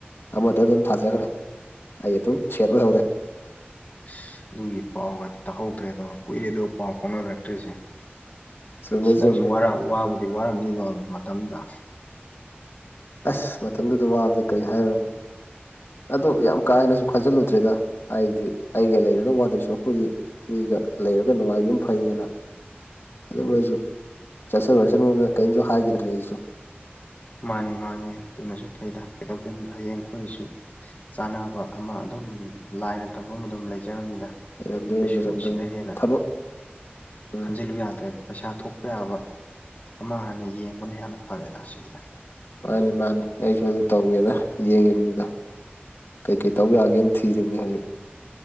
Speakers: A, on the left (about 70°); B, on the left (about 40°).
A: ꯑꯃꯗ ꯑꯗꯨꯝ ꯊꯥꯖꯈ꯭ꯔꯦ ꯑꯩ ꯑꯗꯨꯝ ꯁꯦꯠ ꯑꯣꯍꯧꯔꯦ
B: ꯑꯁ ꯑꯗꯨꯒꯤ ꯄꯥꯎꯒꯗꯤ ꯇꯥꯛꯍꯧꯗ꯭ꯔꯦꯗꯣ ꯀꯨꯏꯔꯦꯗꯣ ꯄꯥꯎ ꯐꯥꯎꯅꯔꯛꯇ꯭ꯔꯤꯁꯦ
A: ꯆꯨꯝꯃꯦ
B: ꯑꯁ ꯅꯪꯁꯨ
A: ꯆꯨꯝꯃꯦ
B: ꯋꯥꯔꯥ ꯋꯥꯕꯨꯗꯤ ꯋꯥꯔꯝꯅꯤꯗꯣ ꯃꯇꯝꯗ
A: ꯑꯁ ꯃꯇꯝꯗꯨꯗ ꯋꯥꯕꯗꯤ ꯀꯩ ꯍꯥꯏꯔꯨꯅꯤ ꯑꯗꯣ ꯌꯥꯝ ꯀꯥ ꯍꯦꯟꯅꯁꯨ ꯈꯟꯖꯤꯜꯂꯨꯗ꯭ꯔꯦꯗ ꯍꯥꯏꯗꯤ ꯑꯩꯒ ꯂꯩꯔꯒ ꯋꯥꯗꯣꯏ ꯁꯔꯛꯄꯨꯗꯤ ꯃꯤꯒ ꯂꯩꯔꯒ ꯅꯨꯡꯉꯥꯏꯒꯤꯝ ꯐꯩꯌꯦꯅ ꯑꯗꯨꯝ ꯑꯩꯁꯨ ꯆꯠꯆꯥꯒ꯭ꯔꯥꯁꯅꯨꯗꯅ ꯀꯩꯝꯁꯨ ꯍꯥꯏꯈꯤꯗ꯭ꯔꯦ ꯑꯩꯁꯨ
B: ꯃꯥꯅꯤ ꯃꯥꯅꯤ ꯑꯗꯨꯅꯁꯨ ꯐꯩꯗ ꯀꯩꯗꯧꯗꯣꯏꯅꯣꯗ ꯍꯌꯦꯡ ꯑꯩꯈꯣꯏꯒꯤꯁꯨ ꯆꯥꯅꯕ ꯑꯃ ꯑꯗꯨꯝ ꯂꯥꯏꯅ ꯇꯝꯕꯝ ꯑꯗꯨꯝ ꯂꯩꯖꯔꯝꯅꯤꯗ
A: ꯂꯩꯔꯝꯗꯣꯏꯅꯤ
B: ꯀꯩꯁꯨ
A: ꯂꯩꯔꯝꯗꯣꯏꯅꯤ
B: ꯁꯤꯗ ꯍꯦꯟꯅ
A: ꯊꯕꯛ ꯎꯝ
B: ꯈꯟꯖꯤꯜꯂꯨ ꯌꯥꯗ꯭ꯔꯦ ꯄꯩꯁꯥ ꯊꯣꯛꯄ ꯌꯥꯕ ꯑꯃ ꯍꯥꯟꯅ ꯌꯦꯡꯕꯅ ꯍꯦꯟꯅ ꯐꯔꯦꯗ ꯁꯤꯗꯤ
A: ꯃꯥꯅꯦ ꯃꯥꯅꯦ ꯑꯩꯁꯨ ꯑꯗꯨ ꯇꯧꯒꯦꯅ ꯌꯦꯡꯉꯤꯝꯅꯤꯗ ꯀꯩꯀꯩ ꯇꯧ ꯌꯥꯒꯦꯅ ꯊꯤꯔꯤꯝꯅꯤ ꯍꯧꯖꯤꯛ